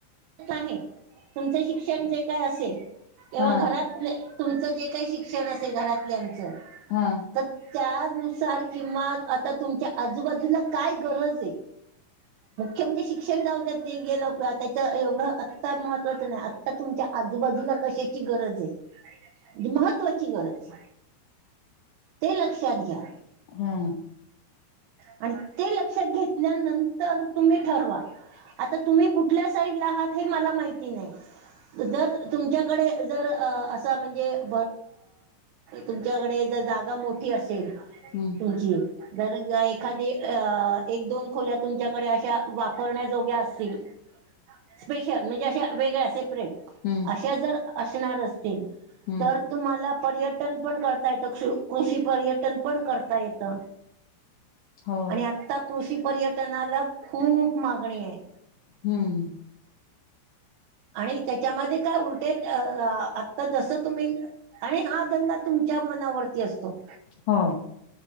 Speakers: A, on the right; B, on the left.
A: आहे तुमच शिक्षण जे काय असेल तेव्हा
B: हा
A: घरात
B: हा
A: तुमचं जे काही शिक्षण असेल घरातल्यांच
B: हा
A: तर त्यानुसार किंवा आता तुमच्या आजुबाजूला काय गरज आहे मुख्य म्हणजे शिक्षण शिक्षण जाऊ द्या ते गेलं त्याच एवढ आत्ता महत्त्वाच नाही आत्ता तुमच्या आजूबाजूला कशाची कशाची गरज आहे महत्वाची गरज ते लक्षात घ्या
B: हा
A: आणि ते लक्षात घेतल्यानंतर तुम्ही ठरवा आता तुम्ही कुठल्या साईडला आहात हे मला माहिती नाही जर तुमच्याकडे जर असा म्हणजे <unintelligible> तुमच्याकडे जर जागा मोठी असेल
B: हम्म
A: तुमची जर एखादी अ एक दोन खोल्या तुमच्याकडे अशा वापरण्याजोग्या असतील स्पेशल म्हणजे अशा वेगळ्या सेपरेट
B: हम्म
A: अशा जर असणार असतील
B: हम्म
A: तर तुम्हाला पर्यटन पण करता येत कृषी पर्यटन पण करता येत
B: हो
A: आणि आता कृषी पर्यटनाला खूप मागणी आहे
B: हम्म
A: आणि त्याच्यामध्ये काय उलटे आता जस तुम्ही आणि हा धंदा तुमच्या मनावरती असतो
B: हो